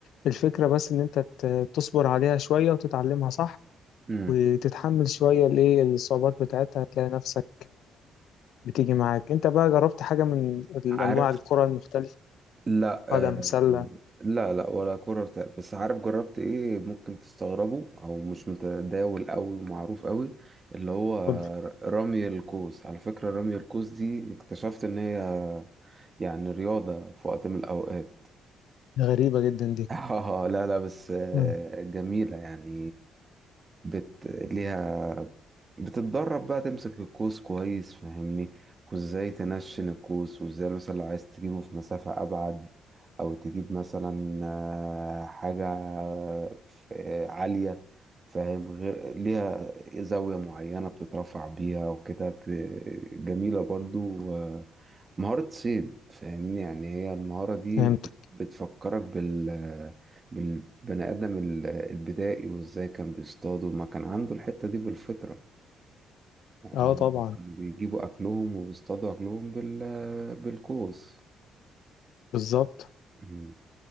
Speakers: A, on the left; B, on the right.
A: الفكره بس ان انت ت- تصبر عليها شويه وتتعلمها صح
B: مم.
A: وتتحمل شويه الايه الصعوبات بتاعتها هتلاقي نفسك بتيجي معاك انت بقى جربت حاجه من الانواع
B: عارف
A: الكره المختلفه
B: لا آه،
A: قدم سله
B: لا لا ولا كرة ارتقاء بس عارف جربت ايه ممكن تستغربوا او مش متداول قوي ومعروف قوي اللي هو
A: قول.
B: رمي القوس على فكرة رمي القوس دي اكتشفت ان هي يعني رياضة في وقت من الاوقات
A: غريبة جدا دي
B: <laughs> اه لا لا بس آه،
A: مم.
B: جميلة يعني بت... ليها بتتدرب بقى تمسك القوس كويس فاهمني وازاي تنشن القوس وازاي مثلا لو عايز تجيبه في مسافة أبعد أو تجيب مثلا آه، حاجة ف- عالية فاهم غير ليها زاوية معينة بتترفع بيها وكده ب- جميلة برضو آه، مهارة صيد فاهمني يعني هي المهارة دي
A: فهمت
B: بت- بتفكرك بال بالبني آدم ال- البدائي وإزاي كان بيصطادوا ما كان عنده الحتة دي بالفطرة يعني
A: اه
B: هم
A: طبعا
B: كانوا بيجيبوا أكلهم وبيصطادوا أكلهم بال... بالقوس
A: بالظبط
B: مم.